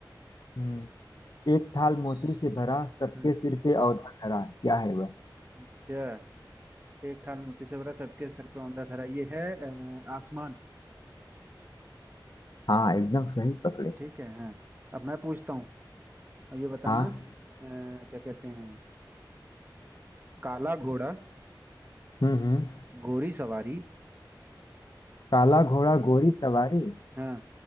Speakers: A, on the left; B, on the right.
A: हम्म एक थाल मोती से भरा सबके
B: हम्म,
A: सिर पे औंधा धरा क्या है वह
B: अच्छा एक थाल मोती से भरा सबके सर पे औंधा धरा ये है अ, आसमान
A: हाँ एकदम सही पकड़े
B: ठीक है हाँ अब मैं पूछता हूँ अब ये बताना
A: हाँ
B: अ, क्या कहते हैं काला घोड़ा
A: हम्म हम्म
B: गोरी सवारी
A: काला घोड़ा गोरी सवारी
B: हाँ